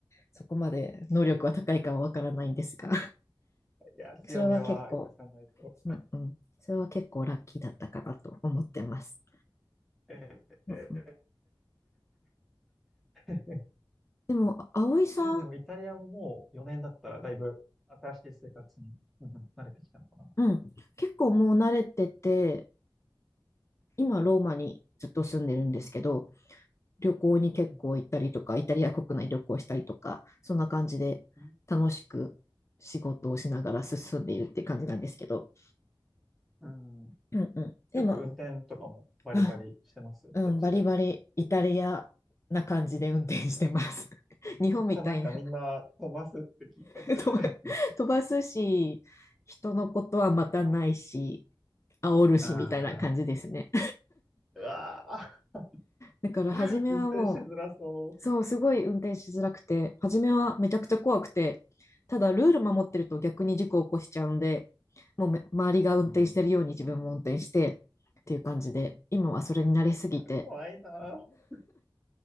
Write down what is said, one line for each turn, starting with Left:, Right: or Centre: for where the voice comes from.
Left: そこまで能力は高いかはわからないんですが、
Centre: いや、
Left: <laughs>
Centre: 強みは活かさないと。
Left: それは結構、うんうん、それは結構ラッキーだったかなと思ってます。
Centre: えーえ
Left: うんうん、
Centre: ー
Left: でも、葵さん、
Centre: え、でもイタリアももう4年だったらだいぶ新しい生活に、うんうん慣れてきたのかな。
Left: うん、結構もう慣れてて、今ローマにずっと住んでるんですけど、旅行に結構行ったりとか、
Centre: うん
Left: イタリア国内旅行したりとか、そんな感じで楽しく仕事をしながら進んでいるって感じなんですけど、
Centre: うん。うん。
Left: うんうん。
Centre: よく運転とかもバリバリしてます、
Left: でも、<laughs> あ、うん、
Centre: そっちで。
Left: バリバリイタリアな感じで運転してます。<laughs> 日本みたいな
Centre: そっちはなんかみんな飛ばすって聞いたんで。
Left: <laughs> 飛ば、<laughs> 飛ばすし、人のことはまたないし、煽るしみたいな感じですね。
Centre: <laughs> ああ。うわあ。
Left: だから初めはもう
Centre: <laughs> 運転しづらそ
Left: そう、すごい運転しづらくて、初めはめちゃくちゃ怖くて、ただルール守ってると逆に事故を起こしちゃうんで、もうめ周りが運転してるように自分も運転してっていう感じで、
Centre: う。うん。
Left: 今はそれに慣れすぎて。
Centre: いや、怖いなあ。